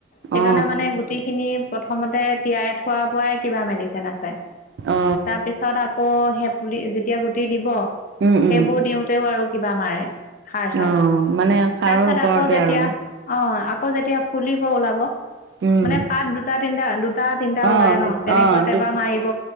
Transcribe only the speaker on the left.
সেইকাৰণে
মানে গুটি খিনি প্ৰথমতে তিয়াই থ থোৱা পৰাই কিবা মেডিচিন আছে,
তাৰপিছত আ আকৌ সে পুলি, যেতিয়া গুটি দিব
সেইবোৰ
দিওঁতেও আৰু কিবা মাৰে। সাৰ-চাৰ,
তাৰপিছত
আকৌ যেতিয়া
অ, আকৌ যেতিয়া ফুলিব ওলাব
মানে পাত দুটা তিনিটা দু টা তিনিটা
ওলাই
ন তেনেকুৱাতে
এবাৰ মাৰিব,